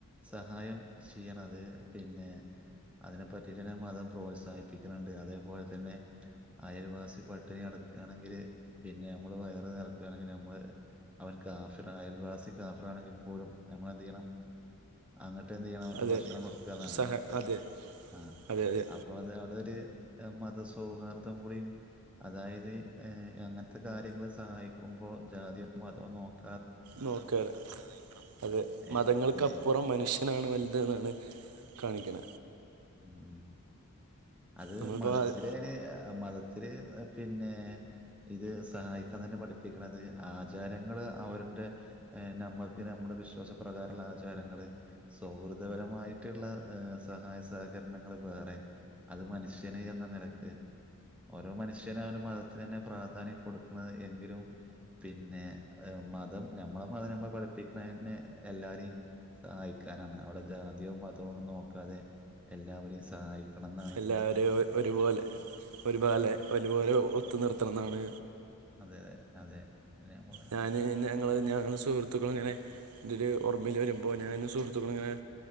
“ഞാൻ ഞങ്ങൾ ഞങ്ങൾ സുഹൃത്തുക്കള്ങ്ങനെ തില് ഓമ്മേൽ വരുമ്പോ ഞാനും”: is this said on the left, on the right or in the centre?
Right